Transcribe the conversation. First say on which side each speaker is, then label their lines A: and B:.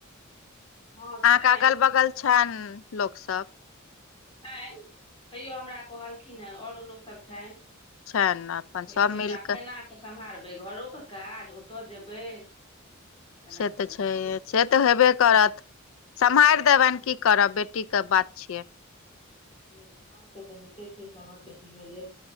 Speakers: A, on the left; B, on the left.
A: हँ छनि
B: अहाँके, अगल बगल छनि लोक सब।
A: छैन, तैयो हमरा कहलखिन हे, औरो लोकसभ छनि।
B: छनि
A: तैयो
B: अपन
A: होइ
B: सभ
A: छै,
B: मिल
A: जे आब केना कऽ सम्हारबै, घरोके काज, ओत जेबै। केना
B: से तऽ
A: कऽ सम्हारबै
B: छैहे, से तऽ हेबे करत, सम्हारि देबनि, की करबै, बेटी के बात छियै।
A: कहलिय, ह से तऽ होइते छै, सभहक बेटी भेलै।